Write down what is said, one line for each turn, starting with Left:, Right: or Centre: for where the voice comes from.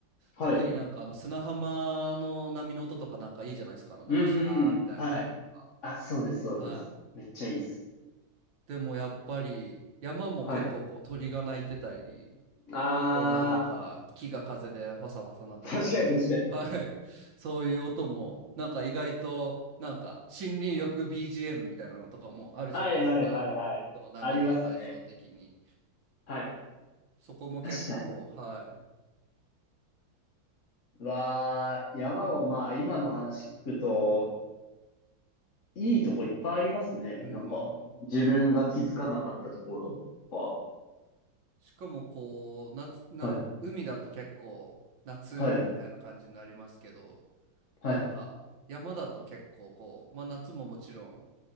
Left: はい
Right: 特になんかあの砂浜の波の音とかなんかいいじゃないですか。あのなんかシャーみたいな音とか。
Left: うーん。はい。あ、そうです、そうです。
Right: はい。
Left: めっちゃいいです。
Right: でもやっぱり山も結構こう鳥が鳴いてたり、
Left: はい。あ
Right: こうなんか木が風でファサファサ鳴ってたり、
Left: ー、確かに確かに。
Right: <laughs> はい。そういう音もなんか意外となんか森林浴 BGM みたいなのとかもあるじゃないですか。
Left: はいはいはいはい。
Right: その波と対照的に。
Left: ありますね。はい。
Right: そこも結構、
Left: 確かに。
Right: はい。
Left: わー、山をまあ今の話聞くと、いいとこいっぱいありますね。
Right: うーん。
Left: なんか、自分が気づかなかったところと
Right: しかもこう、夏、な、
Left: か。はい。
Right: 海だと結構夏みたいな感じになりますけど、
Left: はい。はい。
Right: なんか山だと結構こう夏ももちろん